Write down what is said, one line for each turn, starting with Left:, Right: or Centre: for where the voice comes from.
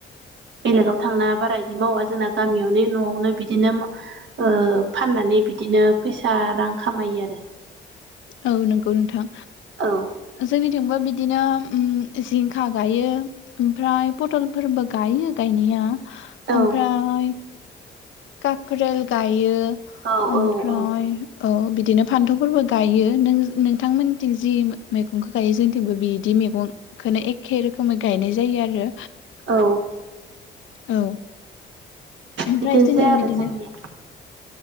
Right: बेलेगाव थांना बारा इदि मावा जोंना गामियावनो न'आवनो बिदिनो फाननानै बिदिनो फैसा रां खामायो आरो
Left: औ नंगौ नोंथां
Right: आरो
Left: जोंनि थिंबो बिदिनो जिंखा गायो ओमफ्राय पटलफोरबो गायो गायनाया
Right: औ
Left: ओमफ्राय काक्रेल गायो
Right: औ
Left: ओमफ्राय
Right: औ औ
Left: औ बिदिनो फान्थावफोरबो गायो नोंथांमोनथिं जि मैगंखौ गायो जोंथिंबो बिदि मैगंखौनो एखे रोखोम रोखोमै गायनाय जायो आरो
Right: औ
Left: औ ओमफ्राय
Right: बिदिनोसै
Left: जोंनिया
Right: आरो
Left: बिदिनो
Right: जोंनिया